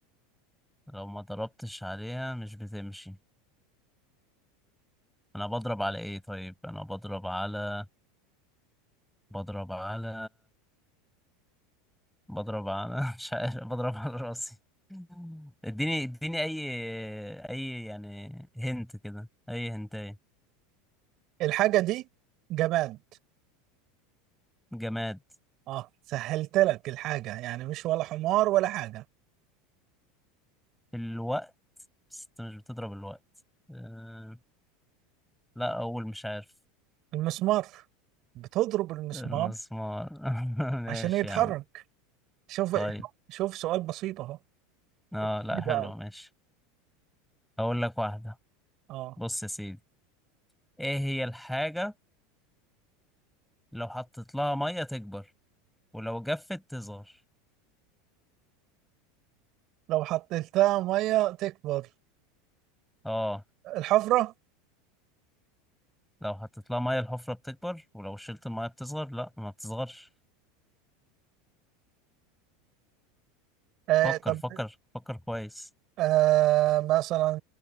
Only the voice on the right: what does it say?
الحاجة دي جماد
اه سهلت لك الحاجة يعني مش ولا حمار ولا حاجة
المسمار بتضرب المسمار
عشان يتحرك
شوف
شوف سؤال بسيط اهو
إيه
بقى
اه
لو حطيتها ميه تكبر
الحفره
آه
طب
آه مثلا